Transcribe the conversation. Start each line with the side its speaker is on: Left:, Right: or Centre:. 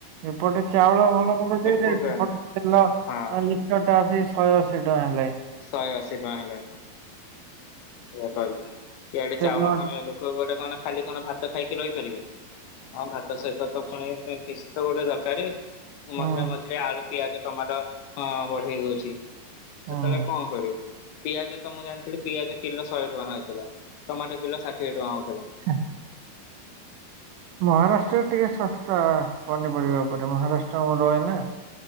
Right: ଏପଟେ ଚାଉଳ ଭଲ ମନ୍ଦ ଦେଇଦଉଚି
Left: କୋଉଠୁ
Right: ସେପଟେ
Left: ଆଣିବ
Right: ତେଲ
Left: ହଁ
Right: ଲିଟର ଟା ଆସି ଶହେ ଅଶୀ ଟଙ୍କା ହେଲାନି।
Left: ଶହେ ଅଶୀ ଟଙ୍କା ହେଲାଣି। ଏଇ କହିଲେ। ଇଏ ଗଟେ
Right: ତେଲ
Left: ଚାଉଳ ଖାଣ ଲୋକ ଗୋଟେ କଣ ଖାଲି କଣ ଭାତ ଖାଇକି ରହିପାରିବେ? ହଁ ଭାତ ସହିତ ତ ପୁଣି କିଷ ତ ଗୋଟେ ଦରକାରେ,
Right: ହୁଁ
Left: ମଝିରେ ମଝିରେ ଆଳୁ ପିଆଜ ଟମାଟୋ ବଢେଇ ଦଉଚି ଆ
Right: ହୁଁ
Left: ସେତେବେଳେ କଣ କରିବ। ପିଆଜ ତ ମୁଁ ଜାଣିଥିଲି ପିଆଜ କିଲୋ ଶହେ ଟଙ୍କା ହେଇଥିଲା ଟମାଟୋ କିଲୋ ଷାଠିଏ ଟଙ୍କା ହଉଥିଲା।
Right: ହଁ। ମହାରାଷ୍ଟ୍ରରେ ଟିକେ ଶସ୍ତା ପନିପରିବା ଉପରେ ମହାରାଷ୍ଟ୍ର ମୁ ରହେ ନା।